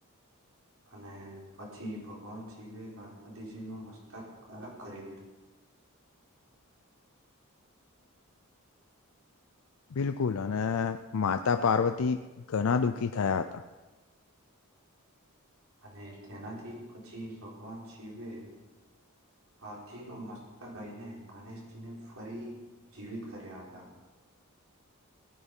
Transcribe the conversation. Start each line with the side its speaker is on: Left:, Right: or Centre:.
Right: અને પછી ભગવાન શિવે ગણપતિજીનું મસ્તક, અલગ કરી દીધું.
Left: બિલકુલ, અને માતા પાર્વતી ઘણા દુઃખી થયા હતા.
Right: અને તેનાથી પછી ભગવાન શિવે હાથીનું મસ્તકઈને ગણેશજીને ફરી જીવિત કર્યા હતા.